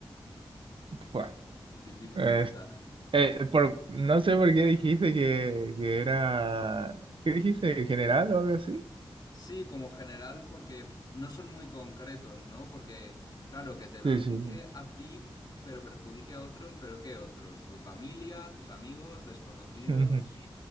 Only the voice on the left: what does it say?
Es difícil
esta. <laughs>
Sí, como general, porque no son muy concretos, ¿no? Porque, claro, que te beneficie
a ti, pero perjudique a otros, pero ¿qué otros? ¿Tu familia, tus amigos, desconocidos?